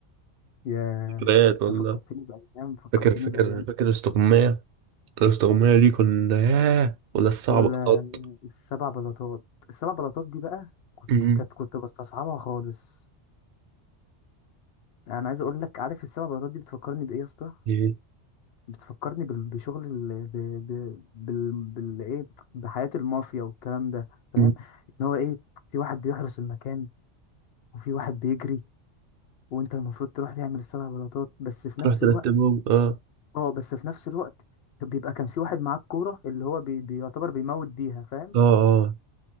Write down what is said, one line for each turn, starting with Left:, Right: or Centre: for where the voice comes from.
Left: ياه
Right: ذكريات ولا
Left: انت فكرتني بايام فكرتني
Right: فاكر فاكر
Left: بايام
Right: فاكر
Left: جميلة
Right: استغماية
Left: والله.
Right: الاستغماية دي كنا ياه ولا الصعب
Left: ولا
Right: قط
Left: السبع بلاطات السبع بلاطات دي بقى كنت
Right: مم.
Left: كانت كنت بستصعبها خالص انا عايز اقول لك عارف السبع بلاطات دي بتفكرني بايه يا اسطى
Right: إيه.
Left: بتفكرني بال- بشغل ال... ب... ب... بال... بال... ايه بحياة المافيا والكلام ده فاهم
Right: مم.
Left: ان هو ايه في واحد بيحرس المكان وفي واحد بيجري وانت المفروض تروح تعمل السبع بلاطات بس في نفس
Right: رحت
Left: الوقت
Right: رتبهم اه
Left: اه بس في نفس الوقت بيبقى كان في واحد معاك كورة اللي هو بي... بيعتبر بيموت بيها فاهم
Right: اه اه